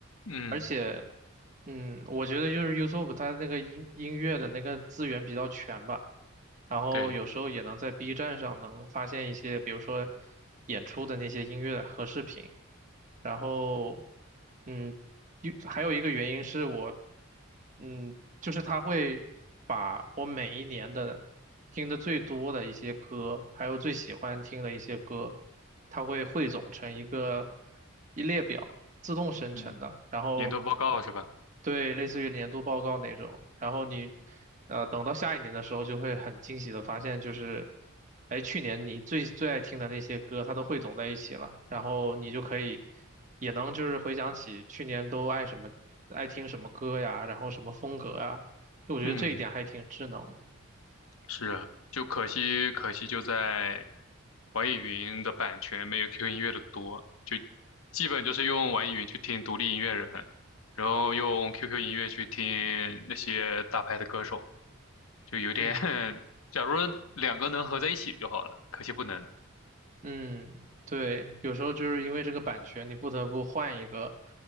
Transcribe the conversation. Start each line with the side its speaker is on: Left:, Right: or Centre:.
Left: 嗯，
Right: 而且，嗯，我觉得就是 YouTube 它那个音音乐的那个资源比较全吧。然后有时候也能在
Left: 对，
Right: B 站上能发现一些，比如说演出的那些音乐和视频。然后，嗯，一还有一个原因是我，嗯，就是他会把我每一年的听的最多的一些歌，还有最喜欢听的一些歌，他会汇总成一个一列表，自动生成的。
Left: 嗯，
Right: 然后
Left: 年度报告是吧？
Right: 对，类似于年度报告那种。然后你，呃，等到下一年的时候，就会很惊喜的发现，就是，哎，去年你最最爱听的那些歌，它都汇总在一起了。然后你就可以，也能就是回想起去年都爱什么，爱听什么歌呀，然后什么风格呀。就我觉得这一点还挺智能的。
Left: 嗯。是啊，就可惜，可惜就在网易云的版权没有 QQ 音乐的多，就基本就是用网易云去听独立音乐人，然后用 QQ 音乐去听那些大牌的歌手，就有点，
Right: 嗯。
Left: <laughs> 假如两个能合在一起就好了，可惜不能。
Right: 嗯，对，有时候就是因为这个版权，你不得不换一个，